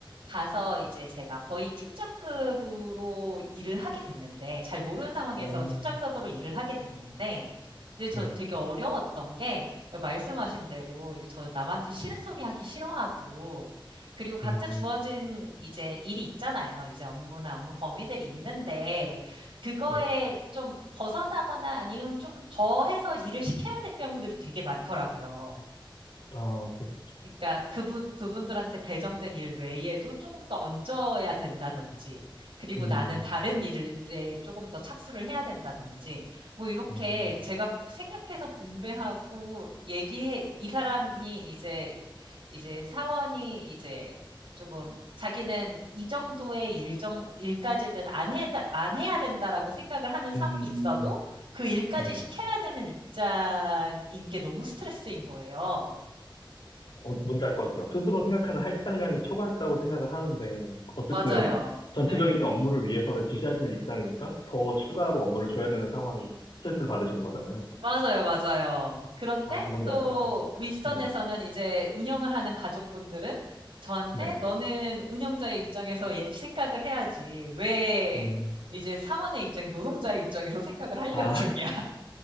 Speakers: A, on the right (about 90°); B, on the left (about 65°).
A: 가서 이제 제가 거의 팀장급으로 일을 하게 됐는데, 잘 모르는 상황에서
B: 어,
A: 팀장급으로 일을 하게 됐는데, 근데 저는
B: 네네.
A: 되게 어려웠던 게, 말씀하신 대로 이제 저는 남한테 싫은 소리 하기 싫어하고, 그리고 각자
B: 음,
A: 주어진 이제 일이 있잖아요. 이제 업무나 업무 범위들이 있는데, 그거에
B: 네네.
A: 좀 벗어나거나 아니면 조금 더해서 일을 시켜야 될 경우들이 되게 많더라고요.
B: 아, 그래서,
A: 그러니까 그분 부분들한테 배정된 일 외에도 조금 더 얹어야 된다든지, 그리고
B: 음,
A: 나는 다른 일에 조금 더 착수를 해야 된다든지, 뭐 이렇게
B: 음,
A: 제가 생각해서 분배하고 얘기해 이 사람이 이제 이제 사원이 이제 조금 자기는 이 정도의 일정 일까지는 안 해, 안 해야 된다라고 생각을 하는 사원이
B: 음,
A: 있어도 그 일까지
B: 네.
A: 시켜야 되는 입장인 게 너무 스트레스인 거예요.
B: 어, 뭔지 알 것 같아요. 스스로 생각하는 할당량이 초과했다고 생각을 하는데, 어쨌든
A: 맞아요.
B: 전체적인
A: 네.
B: 업무를 위해서는 지시하시는 입장이니까 더 추가로 업무를 줘야 되는 상황이 스트레스를 받으시는 거잖아요.
A: 맞아요, 맞아요. 그런데
B: 아, 뭔지
A: 또
B: 알 것 같아요.
A: 윗선에서는
B: 네,
A: 이제 운영을 하는 가족분들은 저한테
B: 네네.
A: 너는 운영자의 입장에서 예- 생각을 해야지. 왜
B: 음,
A: 이제 사원의 입장에 노동자의 입장에서 생각을 하려고
B: 아,
A: 그러냐.